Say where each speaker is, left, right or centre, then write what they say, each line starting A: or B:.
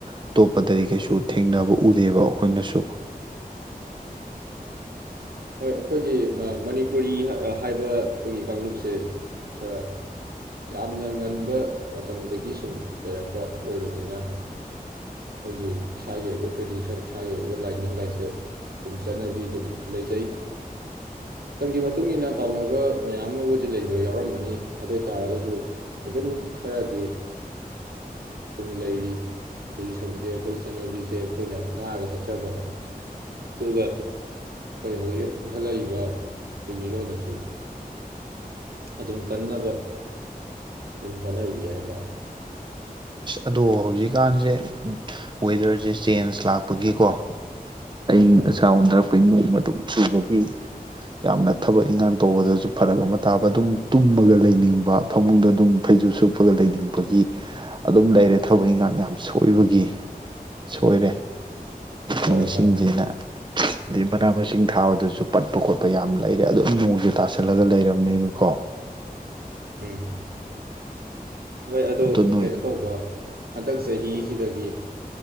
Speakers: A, on the right; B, on the right.
A: ꯑꯇꯣꯞꯄꯗꯗꯤ ꯀꯩꯁꯨ ꯊꯦꯡꯅꯕ ꯎꯗꯦꯕ ꯑꯩꯈꯣꯏꯅꯁꯨ
B: ꯍꯣꯏ ꯑꯩꯈꯣꯏꯒꯤ ꯃꯅꯤꯄꯨꯔꯤ ꯍꯥꯏꯕ ꯑꯩꯈꯣꯏꯒꯤ ꯀꯥꯡꯂꯨꯞꯁꯦ ꯈꯔ ꯌꯥꯝꯅ ꯉꯟꯕ ꯃꯇꯝꯗꯒꯤ ꯁꯨꯝ ꯂꯩꯔꯛꯄ ꯑꯣꯏꯕꯅꯤꯅ ꯑꯩꯈꯣꯏꯒꯤ ꯏꯁꯥꯒꯤ ꯑꯣꯏꯕ ꯇ꯭ꯔꯦꯗꯤꯁꯟ ꯏꯁꯥꯒꯤ ꯑꯣꯏꯕ ꯂꯥꯏꯅꯤꯡ ꯂꯥꯏꯆꯠ ꯑꯗꯨꯝ ꯆꯠꯅꯕꯤ ꯑꯗꯨꯝ ꯂꯩꯖꯩ ꯃꯇꯝꯒꯤ ꯃꯇꯨꯡ ꯃꯇꯨꯡꯏꯟꯅ ꯀꯥꯎꯅꯕ ꯃꯌꯥꯝ ꯑꯃꯕꯨꯗꯤ ꯂꯩꯕ ꯌꯥꯎꯔꯝꯃꯅꯤ ꯑꯗꯨ ꯑꯣꯏ ꯇꯥꯔꯒꯁꯨ ꯑꯗꯨꯝ ꯈꯔꯗꯤ ꯑꯗꯨꯝ ꯂꯩꯔꯤ ꯇ꯭ꯔꯦꯗꯤꯁꯟꯁꯦ ꯑꯩꯈꯣꯏꯒꯤ ꯆꯠꯅꯕꯤꯁꯦ ꯑꯩꯈꯣꯏꯅ ꯉꯥꯒ ꯊꯠꯆꯕ ꯑꯗꯨꯒ ꯑꯩꯈꯣꯏ ꯍꯧꯖꯤꯛ ꯏꯟꯈꯠꯂꯛꯏꯕ ꯑꯩꯈꯣꯏ ꯃꯤꯔꯣꯟꯜꯅꯁꯨ ꯑꯗꯨꯝ ꯀꯟꯅꯕ ꯑꯗꯨꯝ ꯍꯣꯠꯅꯔꯤ ꯍꯥꯏꯇꯥꯥꯔꯦ
A: ꯑꯗꯣ ꯍꯧꯖꯤꯛꯀꯥꯟꯁꯦ ꯋꯦꯗꯔꯁꯦ ꯆꯦꯟꯖ ꯂꯥꯛꯄꯒꯤꯀꯣ ꯑꯏꯪ
B: ꯍꯣꯏ
A: ꯑꯁꯥ ꯑꯣꯟꯊꯔꯛꯄ ꯏ ꯅꯣꯡꯃ ꯑꯗꯨꯝ ꯆꯨꯕ ꯌꯥꯝꯅ ꯊꯕꯛ ꯏꯟꯈꯥꯡ ꯇꯧꯕꯗꯁꯨ ꯐꯔꯛ ꯑꯃ ꯇꯥꯕ ꯑꯗꯨꯝ ꯇꯨꯝꯃꯒ ꯂꯩꯅꯤꯡꯕ ꯐꯃꯨꯡꯗ ꯑꯗꯨꯝ ꯐꯩꯖꯁꯨ ꯁꯨꯞꯄꯒ ꯂꯩꯅꯤꯡꯕꯒꯤ ꯑꯗꯨꯝ ꯂꯩꯔꯦ ꯊꯕꯛ ꯏꯟꯈꯥꯡ ꯌꯥꯝ ꯁꯣꯏꯕꯒꯤ ꯁꯣꯏꯔꯦ
B: ꯍꯣꯏ
A: ꯃꯁꯤꯡꯁꯤꯅ
B: ꯍꯣꯏ
A: ꯑꯗꯩ ꯃꯅꯥ ꯃꯁꯤꯡ ꯊꯥꯕꯗꯁꯨ ꯄꯠꯄ ꯈꯣꯠꯄ ꯌꯥꯝ ꯂꯩꯔꯦ ꯑꯗꯨꯝ ꯅꯣꯡꯁꯦ ꯇꯥꯁꯜꯂꯒ ꯂꯩꯔꯕꯅꯤꯅꯀꯣ
B: ꯎꯝ ꯍꯣꯏ ꯑꯣ
A: ꯑꯗꯨ ꯅꯣꯏ
B: ꯀꯩꯅꯣ ꯇꯧꯕ ꯍꯟꯗꯛ ꯆꯍꯤꯁꯤꯗꯒꯤ